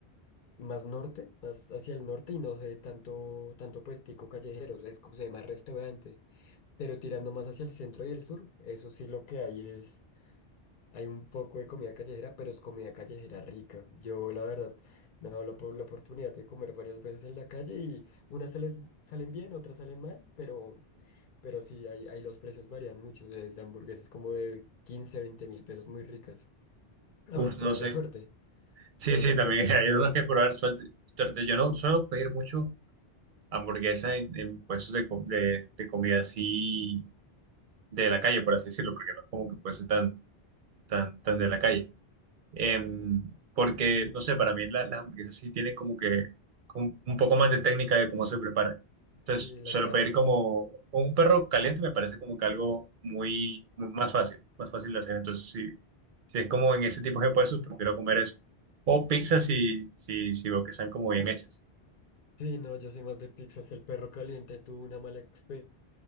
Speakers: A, on the left (about 55°); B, on the right (about 55°).
A: más norte, más hacia el norte y no se ve tanto, tanto puestico callejero, es como se ve más restaurante, pero tirando más hacia el centro y el sur, eso sí lo que hay es Hay un poco de comida callejera, pero es comida callejera rica. Yo, la verdad, me he dado la, po- la oportunidad de comer varias veces en la calle y unas salen, salen bien, otras salen mal, pero, pero sí, ahí, ahí los precios varían mucho, desde hamburguesas como de 15, veinte mil pesos muy ricas. Ahora
B: Uf,
A: es probar
B: no sé.
A: la suerte,
B: Sí,
A: probar
B: sí,
A: la
B: también
A: suerte de
B: <laughs>
A: cómo
B: hay unos
A: le va.
B: que probar suerte. suerte. Yo no suelo pedir mucho hamburguesa en, en puestos de, co- de, de comida así de la calle, por así decirlo, porque no es como que fuese tan, tan, tan de la calle. Em, porque, no sé, para mí la- las hamburguesas sí tienen como que un, un poco más de técnica de cómo se preparan. Entonces,
A: Sí, la
B: solo
A: carne.
B: pedir como un perro caliente me parece como que algo muy, muy más fácil, más fácil de hacer. Entonces, si, si es como en ese tipo de puestos, prefiero comer eso. O pizza si, si, si veo que están como bien hechas.
A: Sí, no, yo soy más de pizzas. El perro caliente tuvo una mala experiencia